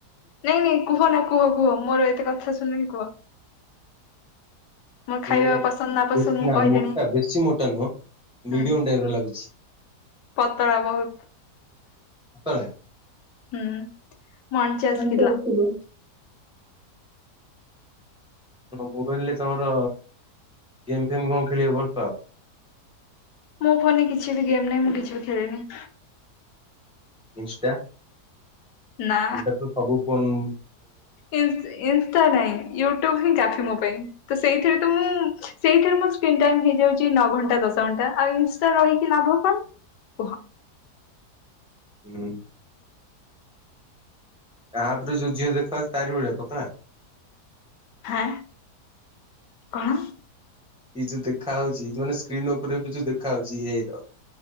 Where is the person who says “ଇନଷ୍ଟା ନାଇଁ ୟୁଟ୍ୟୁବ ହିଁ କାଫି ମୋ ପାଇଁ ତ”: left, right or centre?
Left